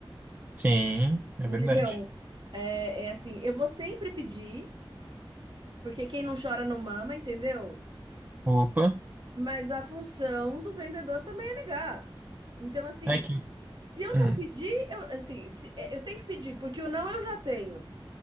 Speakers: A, on the right (about 20°); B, on the right (about 55°).
A: sim, é
B: Entendeu?
A: verdade.
B: É, é assim, eu vou sempre pedir, porque quem não chora não mama, entendeu?
A: Opa,
B: Mas a função do vendedor também é negar. Então, assim,
A: é que,
B: Se eu
A: hum,
B: não pedir, eu, assim, se- é, eu tenho que pedir, porque o não eu já tenho.